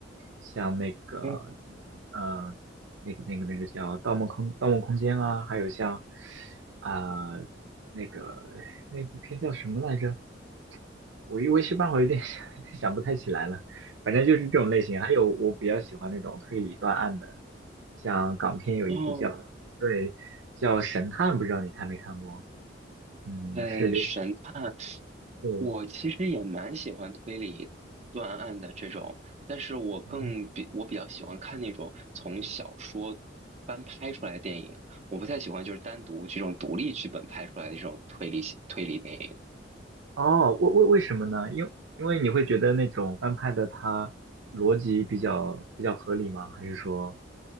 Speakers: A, on the right; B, on the right.
A: 像那个，
B: 嗯，
A: 呃，那个那个那个叫《盗梦空盗梦空间》啊，还有像啊、那个那部片叫什么来着？我一我一时半会儿有点想 <laughs> 想不太起来了，反正就是这种类型。还有我比较喜欢那种推理断案的。像港片有一部叫
B: 哦，
A: 对叫《神探》，不知道你看没看过？嗯，
B: 呃，
A: 是刘
B: 神探
A: 对
B: 我其实也蛮喜欢推理断案的这种，但是我更比我比较喜欢看那种从小说翻拍出来的电影，
A: 哦，
B: 我不太喜欢就是单独这种独立剧本拍出来的这种推理推理电影。
A: 哦为为为什么呢？因为因为你会觉得那种翻拍的它逻辑比较比较合理吗？还是说